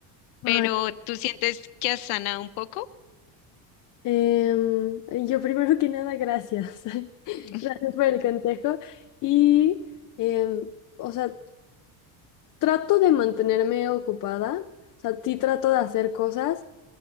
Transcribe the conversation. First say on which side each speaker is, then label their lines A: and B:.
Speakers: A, on the left (about 80°); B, on the left (about 40°).
A: Pero
B: Ay,
A: ¿tú sientes que has sanado un poco?
B: em, yo primero que nada, gracias. <laughs>
A: <laughs>
B: Gracias por el consejo. Y, em, o sea, trato de mantenerme ocupada, o sea, sí trato de hacer cosas.